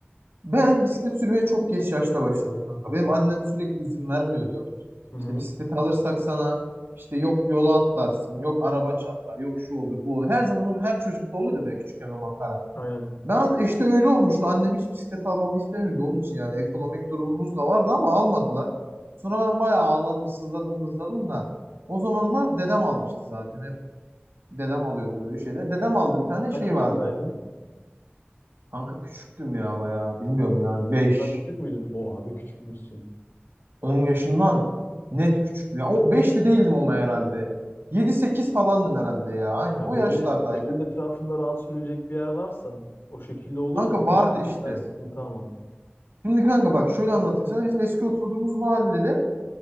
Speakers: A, on the right; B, on the left.
A: Ben bisiklet sürmeye çok geç yaşta başladım kanka. Benim annem sürekli izin vermiyordu.
B: Hı hı.
A: İşte bisiklet alırsak sana işte yok yola atlarsın, yok araba çarpar, yok şu olur, bu olur. Her zaman o- her çocukta olur ya böyle küçükken o makara.
B: Aynen.
A: Ben işte öyle olmuştu. Annem hiç bisiklet almamı istemiyordu. Onun için yani ekonomik durumumuz da vardı ama almadılar. Sonra ben bayağı ağladım, sızladım, mızladım da. O zamanlar dedem almıştı zaten. Hep dedem alıyordu böyle şeyler. Dedem aldı bir tane
B: Kaç
A: şey
B: yaşındaydın?
A: vardı. Kanka küçüktüm ya bayağı. Bilmiyorum yani
B: 10 yaşından
A: 5
B: küçük müydün? O abi küçükmüşsün.
A: 10 yaşından net küçüktüm. Ya o 5 de değildim ama herhalde. yedi sekiz falandım herhalde ya. Aynen
B: Ya
A: o
B: böyle
A: yaşlardaydı.
B: evin etrafında rahat sürülecek bir yer varsa o şekilde olur
A: Kanka
B: da onun
A: vardı
B: dışında
A: işte.
B: cidden sıkıntı ama.
A: Şimdi kanka bak şöyle anlatayım sana. Bizim eski oturduğumuz mahallede